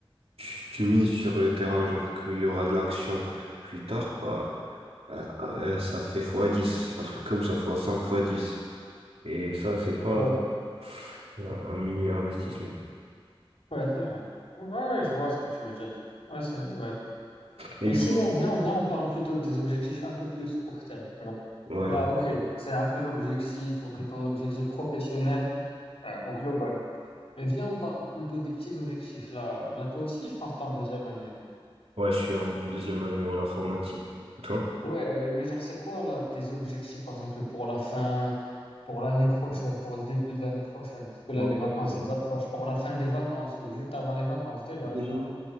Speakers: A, on the right; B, on the left.
A: tu, tu mises sur le terrain, genre qu'il y aura de l'action plus tard, bah euh, euh, ça fait fois 10 un truc comme ça, fois 5 fois dix Et ça, c'est pas
B: ouais,
A: un, un mini investissement.
B: Ouais, c'est vrai. Ouais, ouais, je vois ce que tu veux dire. Ouais, c'est, ouais.
A: Et
B: Mais
A: du
B: sinon,
A: coup,
B: viens, viens, on parle plutôt des objectifs un peu plus court terme. Genre,
A: ouais,
B: là, ok, c'est un peu l'objectif, ok, ton objectif professionnel, euh, au global. Mais viens, on parle plutôt des petits objectifs. Là, là, toi aussi, je pense que t'es en deuxième année.
A: ouais, je suis en deuxième année en informatique. Et toi?
B: Ouais, mais genre, c'est quoi, là, tes objectifs, par exemple, pour la fin, pour l'année prochaine, pour le début de l'année prochaine? Parce que là,
A: Ouais, ouais,
B: les vacances, elles approchent. Pour la fin des vacances ou juste avant les vacances, déjà,
A: ouais.
B: tu vois.